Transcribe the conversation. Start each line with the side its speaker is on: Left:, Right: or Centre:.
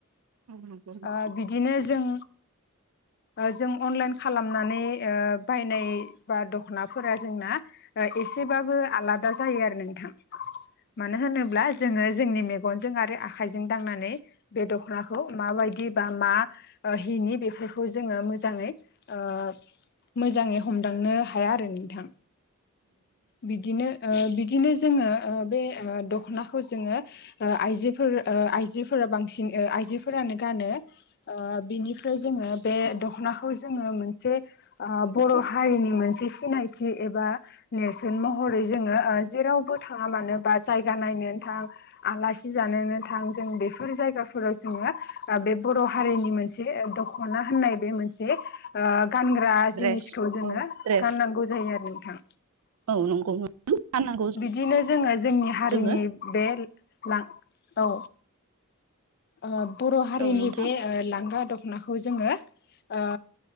Right: <unintelligible>
Left: ओ बिदिनो जों जों अनलाइन खालामनानै ओ बायनाय बा दख'ना फोरा जोंना एसेबाबो आलादा जायो आरो नोंथां मानो होनोब्ला जोङो जोंनि मेगनजों आरो आखाइजों दांनानै बे दख'नाखौ माबायदि बा मा हिनि बेफोरखौ जोङो मोजाङै ओ मोजाङै हमदांनो हाया आरो नोंथां बिदिनो ओ बिदिनो जोङो ओ बै दखनाखौ जोङो ओ आइजोफोर ओ आइजोफोरा बांसिन आइजोफोरानो गानो बिनिफ्राय जोङो बे दखनाखौ जोङो मोनसे आ बर' हारिनि मोनसे सिनायथि एबा नेरसोन महरै जोङो जेरावबो थाङा मानोबा जायगा नायनो थां आलासि जानोनो थां जों बेफोर जायगाफोराव जोङो बे बर' हारिनि मोन से दखना होननाय मोनसे ओ गानग्रा
Right: द्रेस
Left: जिनिसखौ
Right: औ द्रेस
Left: गानांगौ आरो नोंथां
Right: औ नंगौ फाननांगौ
Left: बिदिनो जोङो जोंनि हारिनि
Right: जोङो
Left: बे लां औ ओ बर' हारिनि
Right: औ नोंथां
Left: बे लांगा ग दखनाखौ जोङो ओ